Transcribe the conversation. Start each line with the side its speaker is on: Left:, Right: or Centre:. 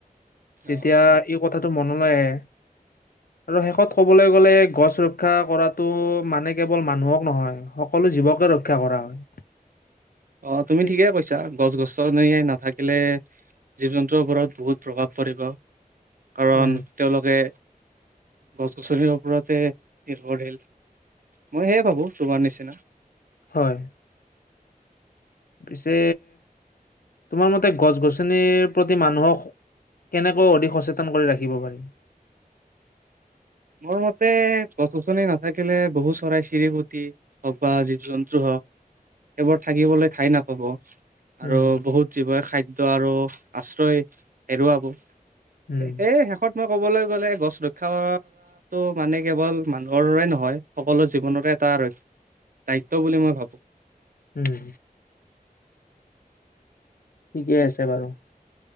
Left: তেতিয়া
Right: অ',
Left: এই কথাটো মনলৈ আহে আৰু শেষত কবলৈ গ'লে গছ ৰক্ষা কৰাটো মানে কেৱল মানুহক নহয় সকলো সকলো জীৱকে ৰক্ষা কৰা হয়।
Right: অ তুমি
Left: পিছ
Right: ঠিকে কৈছা গছ গছনি নাথাকিলে জীৱ জন্তু ৰত বহুত প্ৰভাৱ পৰিব কাৰণ
Left: উম,
Right: তেওঁলোকে গছ গছনিৰ ওপৰতে নিৰ্ভৰশীল মই সেয়ে ভাবো তোমাৰ নিচিনা
Left: হয় পিছে তোমাৰ মতে গছ গছনিৰ প্ৰতি মানুহক কেনেকৈও অধিক সচেতন কৰি ৰাখিব পাৰি?
Right: মোৰ মতে গছ গছনি নাথাকিলে বহু চৰাই চিৰীকুটি হওক বা জীৱ জন্তু হওক সেবোৰ থাকিবলে খাই নাপাব আৰু
Left: উম,
Right: বহুত জীৱ খাদ্য আৰু আশ্ৰয় হেৰুৱাব,
Left: উম।
Right: সেই শেষত মই কবলৈ গ'লে গছ ৰক্ষা ত ' মানে কেৱল মানুহৰৰে নহয় সকলো জীৱনৰে এটা দায়িত্ব বুলি মই ভাবোঁ।
Left: উম ঠিকে আছে বাৰু।